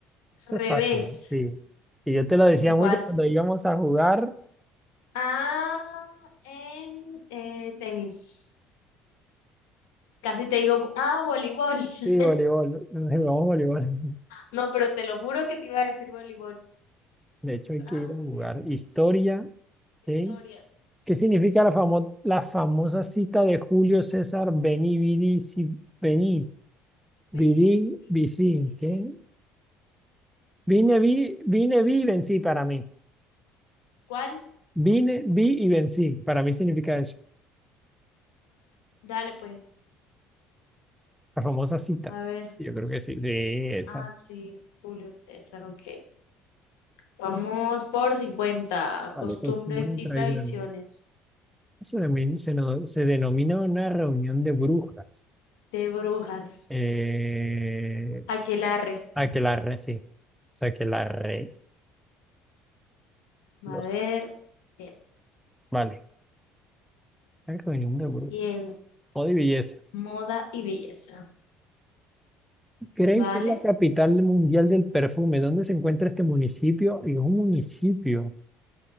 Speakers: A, in the centre; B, on the left (about 85°).
A: esto es
B: Revés.
A: fácil, sí. Y yo te lo decía
B: ¿En cuál?
A: mucho cuando íbamos a jugar.
B: Ah, en eh, tenis. Casi te digo, ah, voleibol. <laughs>
A: Sí, voleibol. Entonces jugamos voleibol. <laughs>
B: No, pero te lo juro que te iba a decir voleibol.
A: De
B: Yo
A: hecho,
B: como
A: hay
B: que,
A: que
B: Ah,
A: ir a jugar.
B: tenis.
A: Historia,
B: Historia.
A: ¿sí? ¿Qué significa la, famo- la famosa cita de Julio César Veni, vidi, si, vení, vidi,
B: Vení, vini,
A: vici?
B: vici.
A: ¿Qué? Vine, vi, vine, vi y vencí para mí.
B: ¿Cuál?
A: Vine, vi y vencí. Para mí significa eso.
B: Dale, pues.
A: La famosa cita.
B: A ver.
A: Yo creo que sí, sí, esa.
B: Ah, sí, Julio César, ok. Vamos por cincuenta
A: Vale,
B: Costumbres
A: costumbre y
B: y
A: tradición.
B: tradiciones
A: Se, denomin- se, no- se denomina una reunión de brujas.
B: de brujas.
A: Eh,
B: Aquelarre.
A: Aquelarre, sí. o sea Aquelarre. Los
B: A ver. tiempo,
A: Vale. La reunión de grupo
B: Cielo.
A: O de belleza.
B: Moda y belleza.
A: Grace
B: ¿Vale?
A: es la capital mundial del perfume. ¿Dónde se encuentra este municipio? Y es un municipio